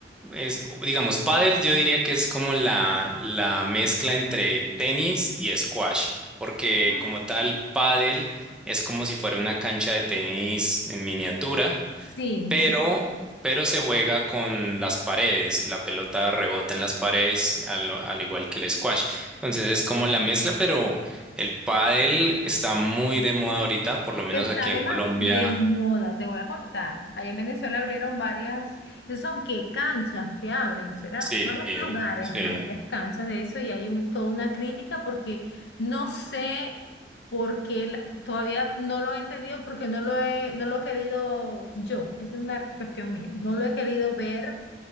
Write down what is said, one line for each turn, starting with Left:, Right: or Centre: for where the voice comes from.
Centre: Es, digamos, pádel yo diría que es como la, la mezcla entre tenis y squash, porque
Left: Ah,
Centre: como tal, pádel es como si fuera una cancha de tenis en miniatura,
Left: Sí,
Centre: pero,
Left: sí.
Centre: pero se juega con las paredes, la pelota rebota en las paredes, al, al igual que el squash. Entonces es como la mezcla, pero el pádel está muy de moda ahorita, por lo menos
Left: Está
Centre: aquí
Left: de,
Centre: en Colombia.
Left: ma- de moda, te voy a contar. Allá en Venezuela abrieron varias, ¿son qué? Canchas que abren, ¿será?
Centre: Sí,
Left: Varios lugares,
Centre: sí.
Left: ajá, varias canchas de eso y hay un, toda una crítica porque no sé por qué, la- todavía no lo he entendido porque no lo he, no lo he querido yo, esa es una cuestión mía, no lo he querido ver